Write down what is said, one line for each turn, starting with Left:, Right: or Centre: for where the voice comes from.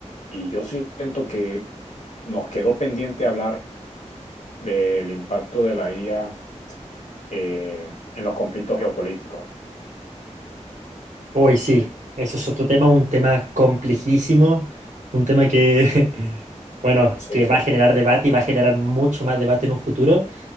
Left: y yo siento que nos quedó pendiente hablar del impacto de la IA eh, en los conflictos geopolíticos.
Right: Uy, sí, eso es otro tema, un tema complejísimo, un tema que, <laughs> bueno,
Left: Sí,
Right: que
Left: sí.
Right: va a generar debate y va a generar mucho más debate en un futuro.